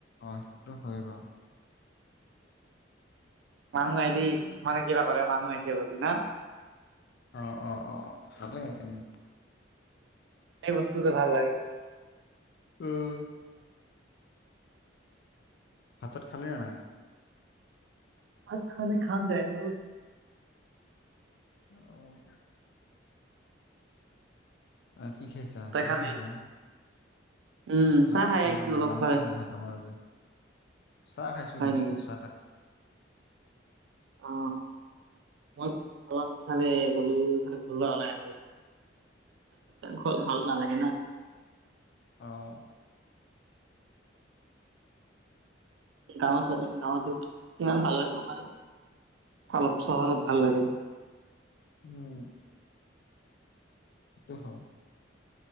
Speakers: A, on the left; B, on the right.
A: অহ সেইটো হৈ ৰ
B: মানুহ আহিলি মানে কিবা কৰে মানুহ আহিছে বুলি ন
A: অ অ অ ভালে এনেই ।
B: এই বস্তুটো ভাল লাগে ।
A: উম । ভাত চাত খালি নে নাই?
B: ভাত খানে খাম দে ন
A: অ আছা কি খাইছা
B: তই
A: চাহ
B: খালি
A: খাইছা?
B: উম চাহ
A: নাই
B: খাই
A: খোৱা
B: আহিছো
A: নাই
B: অলপ
A: বনাই
B: হয়
A: নাই ভাত আমাৰ আজি। চাহ খাইছো
B: হয়
A: বিস্কুত
B: নেকি
A: <unintelligible>
B: অ মই অলপ এইফালে গলো এইফালে ঘৰ লৰা ওলাই ঘৰত ভাল নালাগে না
A: আহ
B: গাঁৱ গাঁৱত ইমান ভাল নালাগে মানে অলপ চহৰত ভাল লাগে
A: উম সেইটো হয়।